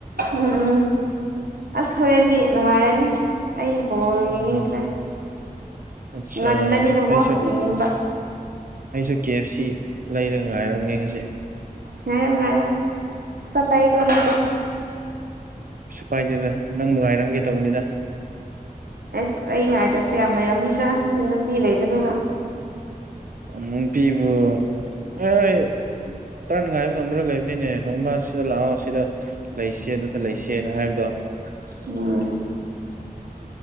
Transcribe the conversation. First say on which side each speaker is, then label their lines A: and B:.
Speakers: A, on the right; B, on the right.
A: ꯎꯝ ꯎꯝ ꯑꯁ ꯍꯣꯔꯦꯟꯗꯤ ꯅꯨꯡꯉꯥꯏꯔꯅꯤ ꯑꯩ ꯕꯣꯜ
B: ꯎꯝ
A: ꯌꯦꯡꯅꯤꯡꯗ꯭ꯔꯦ
B: ꯑꯠꯆꯥ
A: ꯉꯟꯕꯅꯤꯅꯀꯣ
B: ꯑꯩꯁꯨ
A: ꯌꯦꯡꯅꯤꯡꯕꯥ
B: ꯑꯩꯁꯨ ꯀꯦ ꯑꯦꯐ ꯁꯤ ꯂꯩꯔꯒ ꯉꯥꯏꯔꯝꯒꯦ ꯉꯁꯤ
A: ꯉꯥꯢꯌꯣꯉꯥꯢꯌꯣ ꯄꯁꯥ ꯄꯥꯢꯑꯦꯀꯣ ꯃꯤꯗꯤ
B: ꯄꯩꯁꯥ ꯄꯥꯏꯗꯦꯗ ꯅꯪꯕꯨ ꯉꯥꯏꯔꯝꯒꯦ ꯇꯧꯕꯅꯤꯗ
A: ꯑꯦꯁ ꯑꯩ ꯉꯥꯏꯗ꯭ꯔꯁꯨ ꯌꯥꯝ ꯂꯩꯔꯝꯅꯤꯗ ꯅꯪ ꯅꯨꯄꯤ ꯂꯩꯕꯗꯨꯕꯨ
B: ꯅꯨꯄꯤꯕꯨ ꯍꯣꯏ ꯇꯔꯥꯅ ꯉꯥꯏꯕ ꯉꯝꯗ꯭ꯔꯥ ꯂꯩꯕꯅꯤꯅꯦ ꯅꯣꯡꯃ ꯁꯤꯗ ꯂꯥꯛꯑꯣ ꯁꯤꯗ ꯂꯩꯁꯦ ꯑꯗꯨꯗ ꯂꯩꯁꯦꯅ ꯍꯥꯏꯕꯗꯣ
A: <unintelligible>